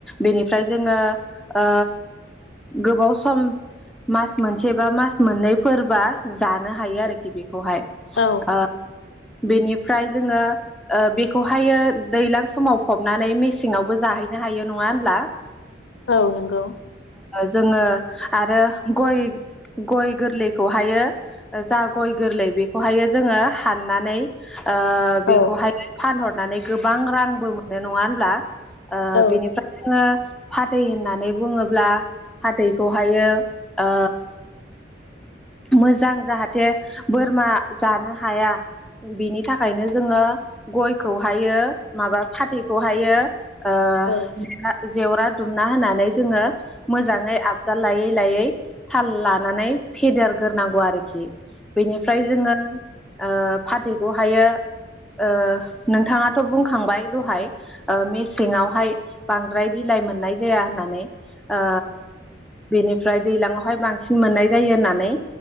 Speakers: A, in the centre; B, on the left (about 80°).
A: बेनिफ्राय जोङो ओ गोबाव सम मास मोनसे बा मास मोननैफोरबा जानो नो हायो आरोखि बेखौहाय
B: औ
A: आ बेनिफ्राय जोङो ओ बेखौहायो दैलां समाव फबनानै मेसेंवावबो जाहैनो हायो नङा होनब्ला?
B: औ नंगौ
A: जोङो आरो गय गय गोरलैखौहायो जा गय गोरलै बेखौहायो जोङो हाननानै ओ
B: औ
A: बेखौहाय फानहरनानै गोबां रांबो मोनो नङा होनब्ला ओ
B: औ
A: बिनिफ्राय जोङो फाथै होननानै बुङोब्ला फाथैखौहायो ओ मोजां जाहाथे बोरमा जानो हाया बिनि थाखायनो जोङो गयखौहायो माबा फाथैखौहायो ओ
B: औ
A: जेवरा जेवरा दुमना होनानै जोङो मोजाङै आबदाल लायै लायै थाल लानानै फेदेरगोरनांगौ आरो बेनिफ्राय जोङो ओ फाथैखौहायो ओ नोंथाङाथ बुंखांबाय दहाय ओ मेसेङावहाय बांद्राय बिलाइ लाइ मोननाय जाया होननानै ओ बेनिफ्राय दैलाङावहाय बांसिन मोननाय जायो होननानै